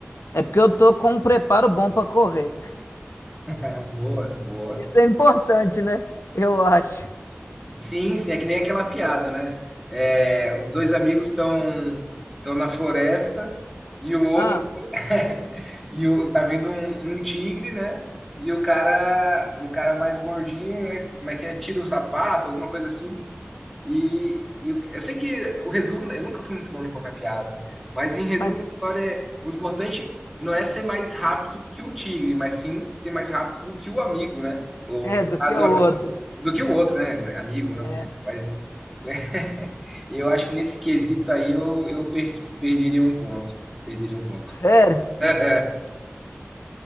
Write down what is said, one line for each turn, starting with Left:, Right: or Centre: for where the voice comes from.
Left: é porque eu tô com um preparo bom pra correr.
Centre: <laughs> Boa, boa.
Left: <laughs> Isso é importante, né? Eu acho.
Centre: Sim, sim, é que nem aquela piada, né? É, os dois amigos estão estão na floresta e o outro
Left: Ah,
Centre: <laughs> E o, tá vindo um, um tigre, né? E o cara, o cara mais gordinho, né? Como é que é? Tira o sapato, alguma coisa assim. E, e o- eu sei que o resumo, eu nunca fui muito bom de contar piada, né? Mas em
Left: mas
Centre: resumo da história, é, o importante não é ser mais rápido que o tigre, mas sim ser mais rápido do que o amigo, né? Ou
Left: é do
Centre: no caso,
Left: que o outro.
Centre: do que o outro, né? Amigo, não.
Left: É,
Centre: Mas <laughs> eu acho que nesse quesito aí eu, eu perdi- perderia um ponto. Perderia um ponto.
Left: sério?
Centre: <laughs>